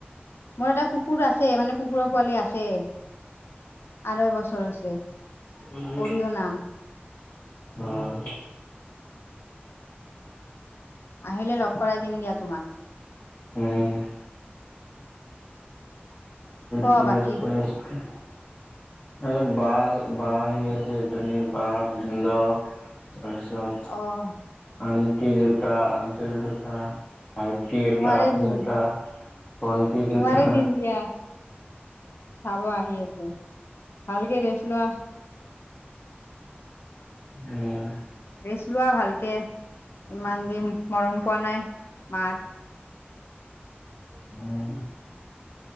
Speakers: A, on the left (about 75°); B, on the left (about 35°).
A: মোৰ এটা কু কুকুৰ আছেই মানে, কুকুৰৰ পোৱালি আছেই। আঢ়ৈ বছৰ হৈছে।
B: উম
A: অৰিঅ নাম
B: উম।
A: আহিলে লগ কৰাই দিম দিয়া তোমাক।
B: উম
A: ক
B: কিবা
A: বাকী
B: কৰি আছা। <unintelligible> এ বা বা আহি আছে এজনী বা ভিন্দ তাৰপিছত
A: অ'।
B: আনটি দুটা আংকেল দুটা। ভাইটি এটা
A: তোমাৰে দিন
B: দুটা ভণ্টি দুটা।
A: তোমাৰে দিন দিয়া খাব আহি আছেঁ। ভালকে ৰেছ লোৱা।
B: উম।
A: ৰেচ লোৱা ভালকে ইমান দিন মৰম পোৱা নাই মাৰ
B: উম।